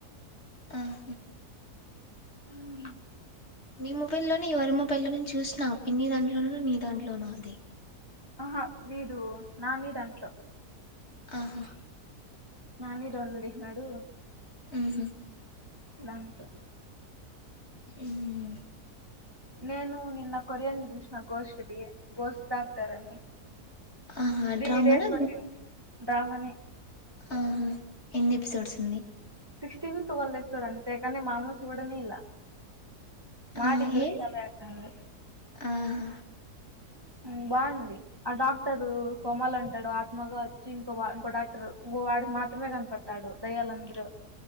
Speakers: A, on the left; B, on the right.
A: ఆహ
B: మ్
A: మీీ మొబై లోనే ఎవరి మొబై లోనో చూసినా పిన్ని దాంట్లో నీ దాంట్లోనో అది
B: ఆహా వీడు నాని దాంట్లో
A: ఆహ
B: ననిీ డౌన్లోడ్ చేసినాడు
A: మ్ హు
B: దాంట్లో
A: మ్
B: నేను నిన్న కొరియన్ది చుసిన గోస్ట్ ది గోస్ట్ దాన్ ారని
A: ఆహా
B: త్రీ
A: డ్రామానా
B: డేస్ పట్టింది డ్రామనే
A: ఆహా ఎన్ని ఎపిసోడ్స్ ఉంది
B: సిక్స్టీన్ ట్వెల్వ్ ఆపిసోడ్స్ అంతే కానీ మామ్మ చూడనిలే మాది
A: ఆ
B: గిల్స్
A: ఏ
B: <unintelligible>
A: ఆహా
B: మ్ బాగుంది ఆ డాక్టరు కొమల్ అంటాడు ఆత్మగా వచ్చి ఇంకో బా ఇంకో డాక్టర్ వాడికి మాత్రమే కనపడ్తాడు దయ్యాలందరూ